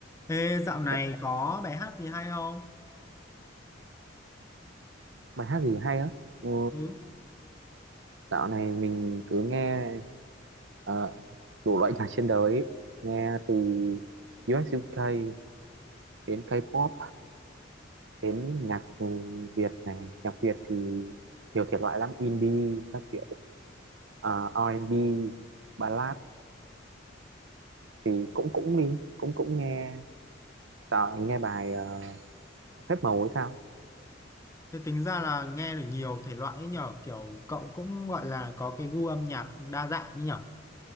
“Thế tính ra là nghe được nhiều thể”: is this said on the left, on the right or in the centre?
Left